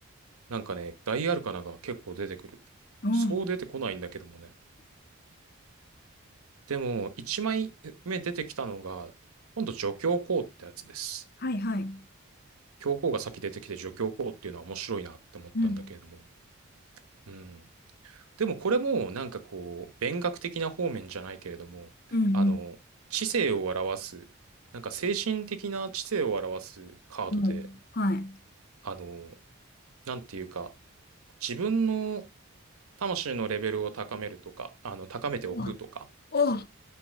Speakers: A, on the right; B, on the left.
A: なんかね、大アルカナが結構出てくる。
B: おー
A: そう出てこないんだけどもね。でも、1枚目出てきたのが、今度助教皇ってやつです。
B: はい、はい。
A: 教皇が先出てきて助教皇っていうのは面白いなって思ったんだけれども。
B: うん。
A: うん。でもこれもなんかこう、勉学的な方面じゃないけれども、
B: うん、
A: あの、
B: うん。
A: 知性を表す、なんか精神的な知性を表すカードで、
B: もう、はい。
A: あの、なんていうか、自分の魂のレベルを高めるとか、あの、高めておくとか、
B: お、お、